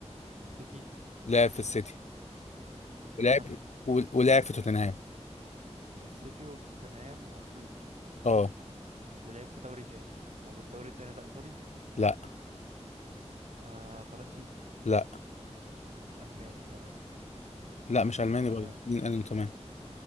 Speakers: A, on the right; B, on the left.
A: سيتي
B: لعب في السيتي
A: توتنهام
B: ولعب ول- ولعب في توتنهام
A: في السيتي وفي توتنهام وأفريقي
B: اه
A: ولعب في دوري تاني طب الدوري التاني ده إيطالي
B: لا
A: آه فرنسي
B: لا
A: ألماني تمام
B: لا مش الماني
A: آه،
B: برضه مين قال انه تمام